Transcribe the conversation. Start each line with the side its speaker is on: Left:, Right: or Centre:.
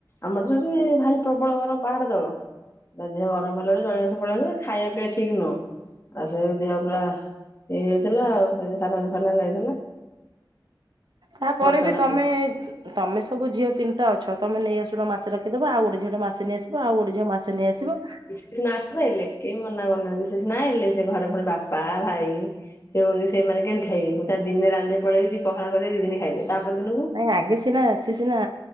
Left: ଆମର ସେଠି ଭାରି ପ୍ରବଳ ଗରମ ପାହାଡ ତଳ। ତା ଦେହ ଗରମ ହେଲାରୁ ଜଳିଅଶ ପଲେଇଆସିଲା ଖାଇବା ପିଇବା ଠିକ୍ ନୁହଁ। ଆଉ ସେଇ ଦିହ ପୁରା ଇଏ ହେଇଥିଲା ଆଉ ସାଲାଇନ୍ ଫାଲାଇନ୍ ଲାଗିଥିଲା।
Right: ତାପରେ
Left: ବଚଣା
Right: ବି ତମେ ତମେ ସବୁ ଝିଅ ତିନିଟାଅଛ ତମେ ନେଇଆସୁନ ମାସେ ରଖିଦବ ଆଉ ଗୋଟେ ଝିଅଟେ ମାସେ ନେଇଆସିବ। ଆଉ ଗୋଟେ ଝିଅ ମାସେ ନେଇ ଆସିବ।
Left: ସେ ସିନା ଆସିଲେ କେହି ମନା କରୁନାହାନ୍ତି ସେ ସିନା ଆଇଲେ ସେ ଘରେ ପୁଣି ବାପା ଭାଇ ସେଇ ଓଳିରେ ସେମାନେ କେମିତି ଖାଇବେ ମୁଁ ସିନା ଦିନେ ରାନ୍ଧିକି ପଳେଇବି ପଖାଳ କରିଦେବି ଦି ଦିନ ଖାଇବେ ତା ପରଦିନକୁ।
Right: ନାଇଁ ଆଗେ ସିନା ସିଏ ସିନା